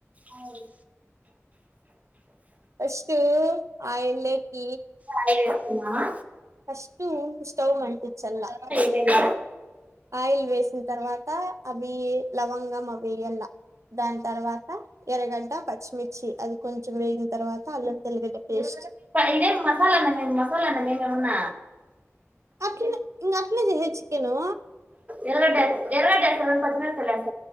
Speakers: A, on the right; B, on the right.
A: అవున్
B: ఫస్టు ఆయిల్ లోకి
A: ఆయిల్ వేస్తున్నామా
B: ఫస్టు స్టవ్ అంటించలా
A: పోయిన
B: ఆయిల్ వేసిన తర్వాత అవి లవంగం అవి ఏయలా దాని తర్వాత ఎర్రగడ్డ పచ్చిమిర్చి అది కొంచెం వేగిన తర్వాత అల్లం తెల్లిగడ్డ పేస్ట్
A: ఇదే ఏం మసాలా అన్నం మసాలా అన్నం ఏం కాదు ఏమన్న
B: అట్లనే ఇంగ అట్లనే చేసేది చికెను
A: ఎరగడ్డ ఎస్ ఎరగడ్డ ఎస్తారు పచ్చిమిరపకాయ లు ఎస్